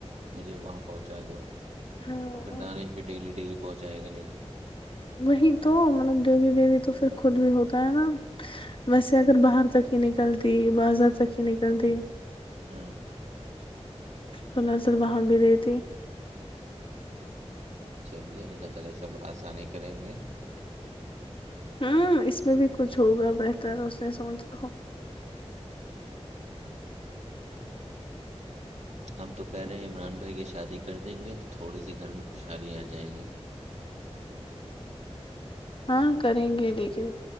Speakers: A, on the right; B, on the left.
A: مجھے وہاں پہنچا دو
B: ہاں
A: اور پھر دانش بھی ڈیلی ڈیلی پہنچائے گا نہیں
B: وہی تو مطلب دیوی دیوی تو پھر خود بھی ہوتا ہے نا ویسے اگر باہر تک ہی سکھی نکلتی بازات سکھی نکلتی
A: ہاں
B: تو نظر وہاں بھی دیتی
A: چلیے اللہ تعالی سب اسانی کریں گے
B: ہاں اس میں بھی کچھ ہوگا بہتر اس نے سوچ رہا ہو
A: <inaudible> ہم تو کہہ رہے ہیں عمران بھائی کی شادی کر دیں گے تو تھوڑی سی گھر میں خوشحالی آ جائے گی
B: ہاں کریں گے لیکن